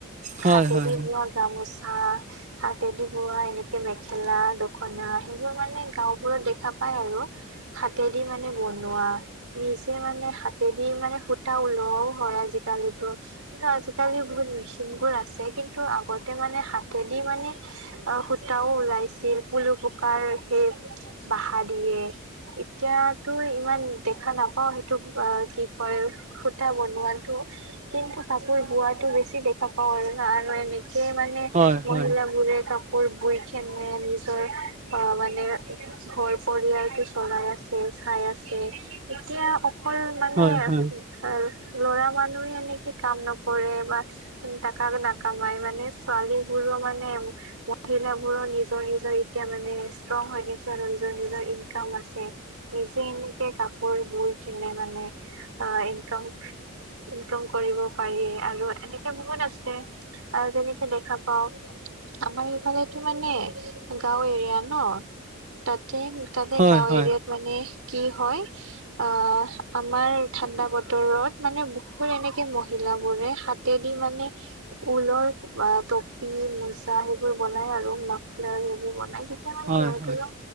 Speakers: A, on the right; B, on the right.
A: হয়
B: হাতেদি
A: হয়
B: বোৱা গামোচা হা, হাতেদি বোৱা এনেকে মেখেলা, দখনা সেইবোৰ মানে গাওঁবোৰত দেখা পায় আৰু। হাতেদি মানে বনোৱা, নিজে মানে হাতেদি মানে সুতা ওলোৱাও হয় আজিকালিতো, কিন্তু আজিকালি বহুত মেচিনবোৰ আ আহিছে, কিন্তু আগতে মানে হাতেদি মানে অ' সূতাও ওলাইছিল পুলু পোক কাৰ সেই বাহা দিয়ে, এতিয়াতো ইমান দেখা নাপাওঁ সেইটো অ' কি কয় সুতা বনোৱাটো, কিন্তু কাপোৰ বোৱাটো বেছি দেখা পাওঁ। আৰু এনেকেই মানে
A: হয়
B: মহিলবোৰে
A: হয়
B: কাপোৰ বোইকেনে নিজৰ অ' মানে ঘৰ পৰিয়ালটো চলাই আছে, চাই আছে, এতিয়া অক অকল মানে
A: হয় হয়
B: শিক্ষাৰ ল'ৰা মানুহে এনেকে কাম নকৰে বা টাকা নাকমাই মানে ছোৱালীবোৰো মানে মহিলাবোৰৰ নিজৰ-নিজৰ এতিয়া মানে ষ্ট্ৰংহৈ গৈছে আৰু নিজৰ-নিজৰ ইনকাম আছে, নিজে এনেকে কাপ কাপোৰ বৈ-বৈ কিনে মানে অ' ইনকাম ইনকাম কৰিব পাৰি আৰু এনেকে বহুত আছে, আ, যেনেকে দেখা পাওঁ। আমাৰ এইফালেতো মানে <inaudible> গাঁও এৰিয়া ন, তাতে-তাতে
A: হয়
B: গাঁও
A: হয়
B: এৰিয়াত মানে কি হয় আ, আমাৰ ঠাণ্ডা বতৰত মানে বহুত এনেকে মহিলা লা বোৰে, হাতেদি মানে ঊলৰ টপি, মোজা সেইবোৰ বনাই আৰু মাফলাৰ সেইবোৰ বনাই তেতিয়া মানে
A: হয়
B: ইহঁতৰো
A: হয়